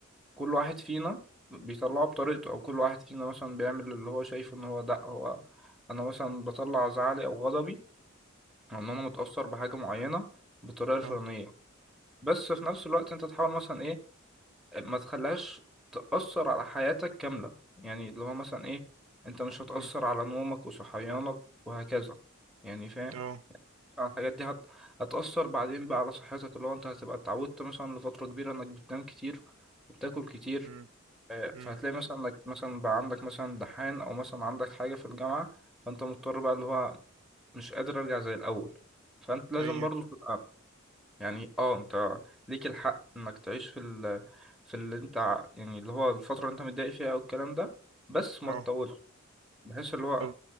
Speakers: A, in the centre; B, on the right.
A: كل واحد فينا بيطلعه بطريقته او كل واحد فينا مثلا بيعمل اللي هو شايف ان هو ده هو انا مثلا بطلع زعلي او غضبي او ان انا متأثر بحاجة معينة بالطريقة الفلانية
B: اه
A: بس في نفس الوقت انت تحاول مثلا ايه ما تخليهاش تأثر على حياتك كاملة يعني اللي هو مثلا ايه انت مش هتأثر
B: مم.
A: على نومك وصحيانك وهكذا يعني فاهم
B: اه
A: طبعاً الحاجات دي هت... هتأثر بعدين بقى على صحتك اللي هو انت هتبقى اتعودت مثلا لفترة كبيرة انك بتنام كتير وبتاكل كتير
B: مم.
A: آه،
B: مم.
A: فهتلاقي مثلا انك مثلا بقى عندك مثلا دحان او مثلا عندك حاجه في الجامعه فانت مضطر بقى اللي هو مش قادر ارجع زي الاول فانت لازم
B: ايوه
A: برضو تبقى يعني اه انت ليك الحق انك تعيش في ال في اللي انت ع- يعني اللي هو الفتره اللي انت متضايق فيها او الكلام ده بس ما
B: اه
A: تطولش بحيث اللي هو
B: طب